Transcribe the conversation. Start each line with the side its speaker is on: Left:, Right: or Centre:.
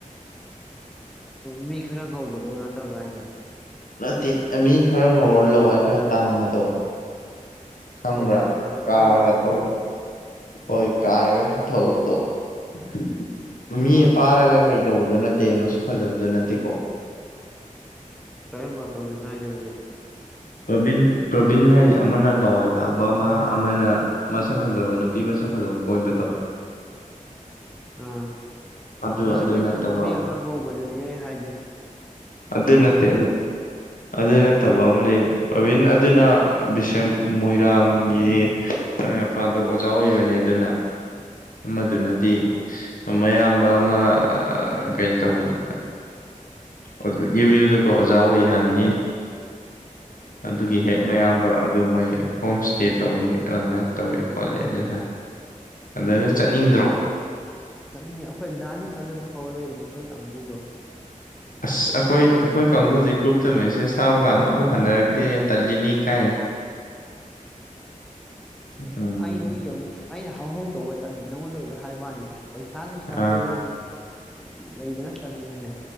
Centre: ꯃꯤ ꯈꯔ ꯀꯧꯕꯧꯕꯗꯣ ꯅꯠꯇꯕ꯭ꯔꯥ ꯍꯥꯏꯖ
Left: ꯅꯠꯇꯦ ꯃꯤ ꯈꯔ ꯉꯧꯔ ꯂꯋꯥꯏ ꯈꯔ ꯇꯥꯡꯕꯗꯣ ꯈꯪꯕ꯭ꯔꯥ
Centre: ꯍꯣꯏ ꯍꯣꯏ ꯑꯣ
Left: ꯀꯥꯔꯒ
Centre: ꯈꯔ ꯋꯥꯡꯕꯗꯣ
Left: ꯊꯧꯕꯗꯣ ꯍꯣꯏ ꯀ ꯊꯗ
Centre: ꯈꯪꯉꯦꯕ
Left: <inaudible> ꯃꯤ
Centre: ꯑꯥ
Left: ꯐꯥꯔꯒ ꯀꯩ ꯇꯧꯕꯗꯣ ꯅꯠꯇꯦ ꯃꯁꯛ ꯐꯖꯕꯗꯣ ꯅꯠꯇꯦꯀꯣ
Centre: ꯀꯔꯝꯕ ꯄꯕꯤ ꯅꯥ ꯍꯥꯏꯒꯦ ꯑꯗꯨꯗꯤ
Left: ꯄ꯭ꯔꯣꯕꯤꯟ ꯄ꯭ꯔꯣꯕꯤꯟ ꯍꯥꯏ ꯑꯃꯅ ꯂꯋꯥꯏ ꯇꯥꯡꯕ ꯃꯍꯥꯛ ꯑꯃꯅ ꯃꯁꯛ ꯐꯖꯕ ꯅꯨꯄꯤ ꯃꯁꯛ ꯐꯖꯕ ꯀꯣꯏꯕꯗꯣ
Centre: ꯑꯥ
Left: ꯑꯗꯨ
Centre: ꯃꯁꯛ
Left: ꯑꯗꯨ
Centre: ꯈꯔ
Left: ꯅꯠꯇꯕ
Centre: ꯐꯖꯕ ꯃꯤꯒ ꯈꯔ ꯉꯧꯕꯗꯨ ꯃꯤ ꯍꯥꯏꯖꯦ
Left: ꯑꯗꯨꯗꯅꯠꯇꯦ ꯑꯗꯨꯅ ꯐꯠꯇꯕ ꯑꯃ ꯂꯩꯕ ꯄ꯭ꯔꯕꯤꯟ ꯑꯗꯨꯅ ꯕꯤꯁꯦꯝ ꯃꯣꯏꯔꯥꯡꯒꯤ ꯃꯄꯥꯗꯣ ꯑꯣꯖꯥ ꯑꯣꯏꯕꯅꯦ ꯑꯗꯨꯅ ꯑꯗꯨꯅꯗꯤ
Centre: ꯑꯥ
Left: ꯃꯌꯥꯝꯕ ꯑꯃ ꯒꯥꯏꯗ ꯇꯧꯕꯅꯤ ꯑꯗꯨ ꯑꯦꯝ ꯌꯨꯗꯀꯣ ꯑꯣꯖꯥ ꯑꯣꯏ ꯍꯥꯏꯕꯅꯤꯅꯦ ꯑꯗꯨꯒꯤ
Centre: ꯑꯠꯆꯥ
Left: ꯍꯦꯛ
Centre: ꯑꯠꯆꯥ
Left: ꯃꯌꯥꯝꯕ ꯑꯗꯨ ꯃꯣꯏ ꯍꯣꯝ ꯏꯁꯇꯦ ꯇꯧꯋꯤ ꯑꯗꯨꯃꯥꯏꯅ ꯇꯧꯋꯤ ꯈꯣꯠꯂꯤ ꯑꯗꯨ ꯍꯥꯏ ꯑꯗꯨꯒ
Centre: ꯎꯝ
Left: ꯆꯠꯅꯤꯡꯗ꯭ꯔꯣ
Centre: ꯆꯠꯅꯤꯡꯉꯤ ꯑꯩꯈꯣꯏ ꯗꯥꯗꯤ ꯆꯥꯖꯔꯨ ꯍꯧꯔ ꯂꯩꯕꯅꯦ ꯑꯩꯈꯣꯏ ꯀꯥꯡꯕꯨꯗꯣ
Left: ꯑꯁ ꯑꯩꯈꯣꯏ ꯑꯩꯈꯣꯏ ꯀꯥꯡꯒꯨꯁ ꯒ꯭ꯔꯨꯞꯇ ꯃꯦꯁꯦꯖ ꯊꯥꯕ ꯀꯥꯟꯗ ꯑꯃꯨꯛ ꯍꯟꯅꯔꯛꯇꯦꯅꯦ ꯇꯜꯂꯤꯅꯤ ꯀꯥꯏꯅꯤ ꯎꯝ
Centre: ꯑꯩꯗꯤ ꯑꯃꯨꯛ ꯑꯩꯅ ꯍꯧ ꯍꯧ ꯇꯧꯕ ꯇꯟꯕ ꯅꯪꯉꯣꯟꯗ ꯑꯣꯏꯕ ꯍꯥꯏ ꯋꯥꯅꯤꯀꯣ ꯄꯩꯁꯥ ꯅꯨꯡꯁꯥꯗꯣ
Left: ꯑꯥ
Centre: ꯌꯥꯝꯅ ꯂꯩꯕꯅ ꯆ ꯇꯅꯤꯅꯅꯦ